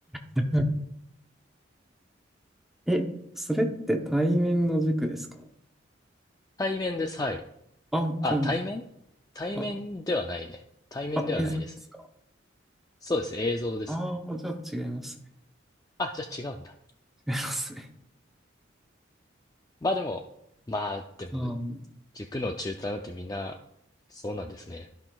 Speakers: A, in the centre; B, on the left.
A: うんえ、それって対面の塾ですか
B: 対面です、はい。
A: あ、
B: あ、
A: じゃ
B: 対面対面ではないね。
A: あ、あ、
B: 対面ではないですね。
A: あ、映像ですか
B: そうです、映像ですね。
A: ああー、じゃあ違いますね。
B: あ、じゃあ違うんだ。
A: 違いますね。
B: まあでも、まあでも、
A: <laughs> あー
B: 塾の中退なんてみんな、そうなんですね。